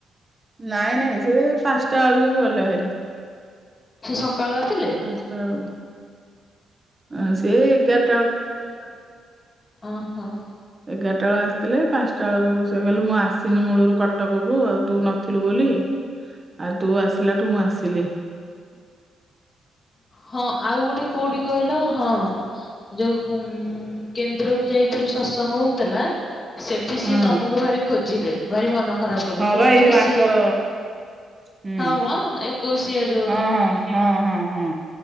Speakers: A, on the right; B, on the left.
A: ନାଇଁ ନାଇଁ ସେ ପାଞ୍ଚଟା ବଳୁକୁ ଗଲେଭାରି।
B: ସେ ସକାଳୁ ଆସିଥିଲେ?
A: ପାଞ୍ଚଟା ବେଳୁକୁ ଆଁ ସେ ଏଇ ଏଗାର
B: ଏଗାର ଟା ବେଳକୁ ଆସିଥିଲେ, ଅହ।
A: ଏଗାରଟା ବେଳେ ଆସିଥିଲେ ପାଞ୍ଚଟା ବେଳୁକୁ ସେ କହିଲେ ମୁଁ ଆସି ସିନି ମୂଳୁରୁ କଟକକୁ ଆଉ ତୁ ନଥିଲୁ ବୋଲି। ଆଉ ତୁ ଆସିଲାଠୁ ମୁଁ ଆସିଲି।
B: ହଁ ଆଉ ଗୋଟେ କୋଉଠି କହିଲ ହଁ। ଯୋଉ ଉଁ କେନ୍ଦ୍ରକୁ ଯାଇଥିରୁ ସତସଙ୍ଗ ହଉଥେଲା ସେଠି ସିଏ
A: ହଁ
B: ତମକୁ ଭାରି ଖୋଜିଲେ, ଭାରି ମନ ଖରାପ କଲେ,
A: ହଁ
B: କହିଲେ
A: ବା
B: ଆବେ
A: ଏଇ ଯୋଉ
B: ସିଏ
A: ଆଙ୍କର ହୁଁ
B: ହଁ ମ ଏକୋଇଶିଆ ଯୋଉ
A: ହଁ ହଁ ହଁ, ହଁ, ହଁ।